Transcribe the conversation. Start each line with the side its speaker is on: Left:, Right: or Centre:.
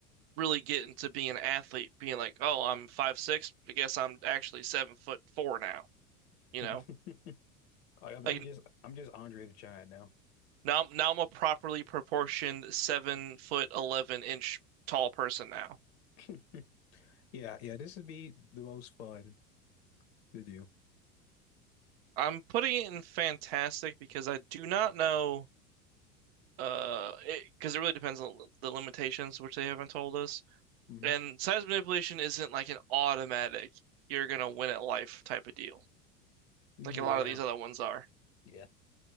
Right: really get into being an athlete, being like, oh, I'm five six, I guess I'm actually seven foot four now, you
Left: <laughs>
Right: know?
Left: Like, I'm,
Right: Like
Left: I'm just I'm just Andre the Giant now.
Right: now now I'm a properly proportioned seven foot eleven inch tall person now.
Left: <laughs> Yeah, yeah. This would be the most fun to do.
Right: I'm putting it in fantastic because I do not know uh it because it it really depends on the limitations which they haven't told us.
Left: hmm
Right: And size manipulation isn't like an automatic you're gonna win at life type of deal,
Left: Yeah,
Right: like a lot of these other ones are.
Left: yeah.